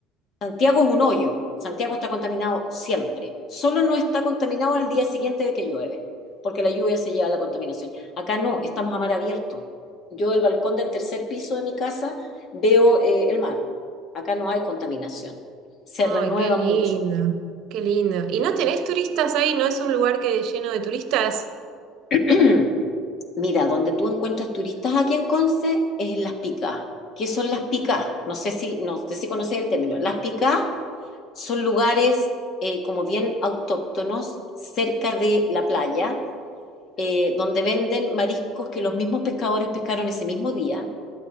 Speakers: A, on the left; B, on the right.
A: Santiago es un hoyo. Santiago está contaminado siempre. Solo no está contaminado el día siguiente de que llueve, porque la lluvia se lleva a la contaminación. Acá no, estamos a mar abierto. Yo del balcón del tercer piso de mi casa veo eh, el mar. Acá no hay contaminación. Se
B: Ay,
A: renueva
B: qué lindo,
A: mucho.
B: qué lindo. ¿Y no tenés turistas ahí? ¿No es un lugar que lleno de turistas?
A: <clears throat> <coughs> Mira, donde tú encuentras turistas aquí en Conce es en las picas. ¿Qué son las picas? No sé si, no sé si conocéis el término. Las picas Son lugares eh, como bien autóctonos, cerca de la playa, eh, donde venden mariscos que los mismos pescadores pescaron ese mismo día,